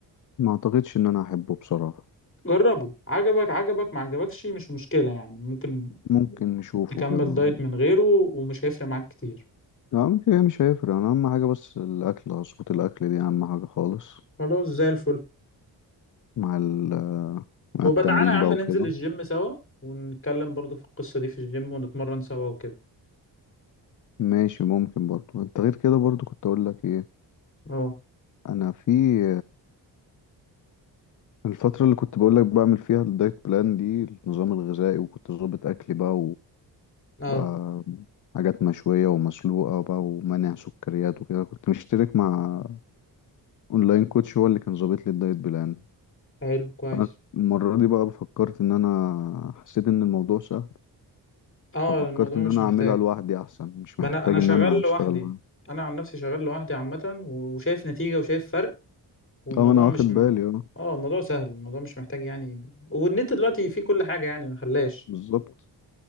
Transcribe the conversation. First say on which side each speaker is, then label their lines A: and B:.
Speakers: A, on the left; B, on the left.
A: ما أعتقدش إن أنا أحبه بصراحة
B: جربه عجبك عجبك ما عجبكش مش مشكله يعني ممكن
A: ممكن نشوفه
B: تكمل
A: كده
B: دايت من غيره ومش هيفرق معاك كتير
A: لا ممكن هي مش هيفرق أنا أهم حاجة بس الأكل أظبط الأكل دي أهم حاجة خالص
B: خلاص زي الفل
A: مع ال مع
B: وبتعالى
A: التمرين
B: يا عم
A: بقى وكده
B: ننزل الجيم سوا ونتكلم برضو في القصة دي في الجيم ونتمرن سوا وكده
A: ماشي ممكن برضو أنت غير كده برضو كنت أقول لك إيه
B: اه
A: أنا في الفترة اللي كنت بقول لك بعمل فيها الدايت بلان دي النظام الغذائي وكنت ظابط أكلي بقى
B: اه
A: بقى حاجات مشوية ومسلوقة بقى ومنع سكريات وكده كنت مشترك مع اونلاين كوتش هو اللي كان ظابط لي الدايت بلان
B: حلو كويس
A: انا المرة دي بقى فكرت ان انا حسيت ان الموضوع سهل
B: اه
A: ففكرت
B: الموضوع
A: ان
B: مش
A: انا
B: محتاج
A: اعملها لوحدي احسن مش
B: ما
A: محتاج
B: انا انا شغال
A: ان انا
B: لوحدي
A: اشتغل معاه
B: انا عن نفسي شغال لوحدي عامة وشايف نتيجة وشايف فرق والموضوع
A: طبعا انا واخد
B: مش
A: بالي
B: م...
A: اه
B: اه الموضوع سهل الموضوع مش محتاج يعني والنت دلوقتي فيه كل حاجة يعني ما خلاش
A: بالظبط